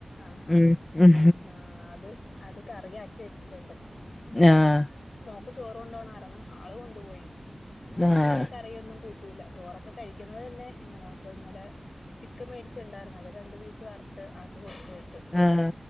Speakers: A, on the left (about 70°); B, on the left (about 30°).
A: ആഹ് ആഹ്
B: ഉം
A: ആഹ്
B: ഉം
A: ആഹ് അത് അത് കറിയാക്കി വെച്ചിട്ടുണ്ട്
B: ആഹ്
A: മോക്ക് ചോറ് കൊണ്ടോണാര്ന്ന് അവള് കൊണ്ടുപോയി അവളങ്ങനെ
B: ആഹ്
A: കറിയൊന്നും കൂട് ട്ടൂല ചോറൊക്കെ കഴിക്കുന്നത് തന്നെ എങ്ങനോ അപ്പൊ ഇന്നലെ ചിക്കൻ മേടിച്ചുണ്ടായിരുന്നു അത് രണ്ട് പീസ് വറത്ത് ആക്ക് കൊടുത്ത് വിട്ട്
B: ആഹ്